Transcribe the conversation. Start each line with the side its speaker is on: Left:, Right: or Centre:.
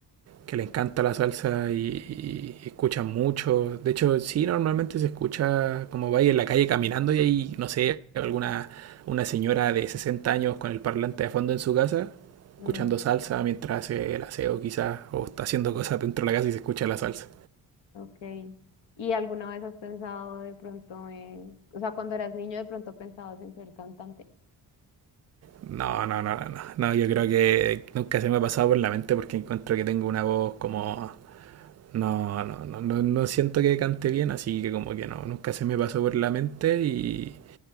Right: que le encanta la salsa y, y escuchan mucho. De hecho, sí, normalmente se escucha como vais en la calle caminando y hay, no sé, alguna una señora de 60 años con el parlante de fondo en su casa, escuchando
Left: Mm,
Right: salsa mientras hace el aseo quizás, o está haciendo cosas dentro de la casa y se escucha la salsa.
Left: ok. ¿Y alguna vez has pensado de pronto en, o sea, cuando eras niño de pronto pensabas en ser cantante?
Right: No, no, no, no, no, No, yo creo que nunca se me ha pasado por la mente porque encuentro que tengo una voz como... No, no, no, no, no siento que cante bien, así que como que no, nunca se me pasó por la mente y